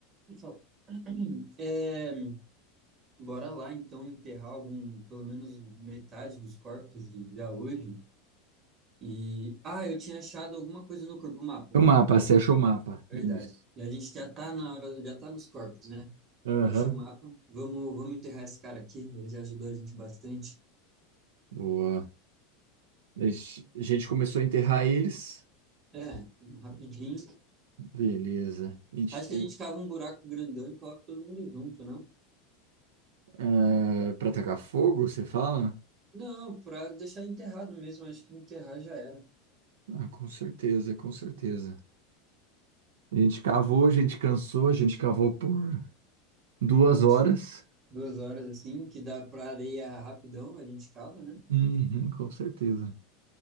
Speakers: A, on the right; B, on the right.
A: Ele falou, <clears throat> É, bora lá então enterrar algum, pelo menos metade dos corpos de- já hoje. E ah, eu tinha achado alguma coisa no corpo, o mapa,
B: O
A: o mapa.
B: mapa, você achou o mapa?
A: Verdade.
B: Isso.
A: E a gente já tá na hora, já tá nos corpos, né?
B: Aham.
A: Achei o mapa. Vamos, vamos enterrar esse cara aqui. Ele já ajudou a gente bastante.
B: Boa. A gente a gente começou a enterrar eles.
A: É, rapidinho.
B: Beleza. A gente
A: Acho
B: tem
A: que a gente cava um buraco grandão e coloca todo mundo junto, não?
B: É, para atacar fogo, você fala?
A: Não, pra deixar enterrado mesmo. Acho que enterrar já era.
B: Ah, com certeza, com certeza. A gente cavou, a gente cansou, a gente cavou por duas
A: Tem Umas
B: horas.
A: duas horas assim, que dá pra areia rapidão, a gente cava, né?
B: Uhum, com certeza.